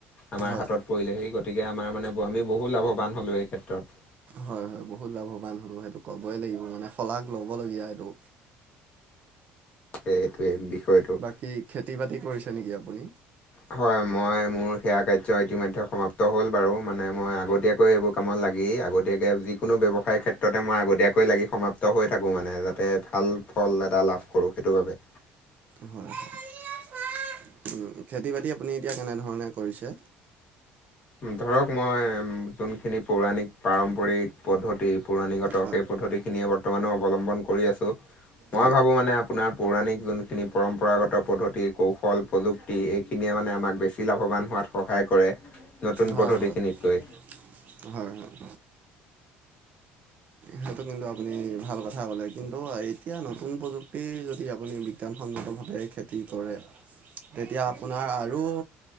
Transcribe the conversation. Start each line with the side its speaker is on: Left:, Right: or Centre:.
Left: আমাৰ
Right: হয়
Left: হাতত পৰিলেহি গতিকে আমাৰ মানে আমি বহু লাভৱান হ'লোঁ এই ক্ষেত্ৰত।
Right: হয়-হয় বহুত লাভৱান হ'লো সেইটো ক'বই লাগিব মানে শলাগ ল'বলগীয়া এইটো।
Left: এইটোৱে বিষয়টো।
Right: কি খেতি বাতি কৰিছে নেকি আপুনি?
Left: হয়, মই মোৰ সেয়া কাৰ্য ইতিমধ্যে সমাপ্ত হ'ল বাৰু। মানে মই আগতিয়াকৈ কৈ এইবোৰ কামত লাগি আগতীয়াকৈ যিকোনো ব্যৱসায়ৰ ক্ষেত্ৰতে মই আগতীয়াকৈ লাগি সমাপ্ত হৈ থাকোঁ, মানে যাতে ভাল ফল এটা লাভ কৰোঁ সেইটো বাবে।
Right: হয়। <unintelligible> খেতি বাতি আপুনি এতিয়া কেনেধৰণে কৰিছে।
Left: ধৰক মই যোনখিনি পৌৰাণিক পাৰম্পৰিক পদ্ধতি পৌৰাণিকত,
Right: হয়
Left: সেই পদ্ধতিখিনিয়ে বৰ্তমানে অৱলম্বন কৰি আছোঁ। মই
Right: হয়
Left: ভাবোঁ মানে আপোনাৰ পৌৰাণিক যোনখিনি পৰম্পৰাগত পদ্ধতি কৌশল প্ৰযুক্তি এইখিনিয়ে মানে আমাক বেছি লাভৱান হোৱাত সহায় কৰে। নতুন
Right: হয়-হয়-হয়-হয়।
Left: পদ্ধতিখিনিতকৈ
Right: সেইটো কিন্তু আপুনি ভাল কথা ক'লে কিন্তু এতিয়া নতুন প্ৰযুক্তি যদি আপুনি বিজ্ঞানসন্মতভাৱে খে কি কৰে? তেতিয়া আপোনাৰ আৰু